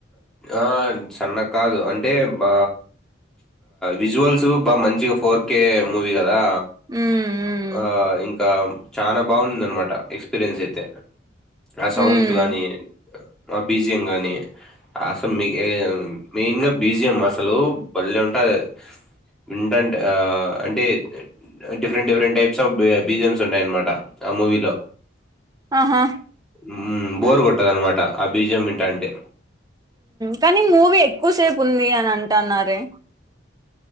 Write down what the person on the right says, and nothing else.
మ్మ్
మ్మ్
మ్మ్
ఆహా
కానీ మూవీ ఎక్కువసేపు ఉంది అని అంటన్నారే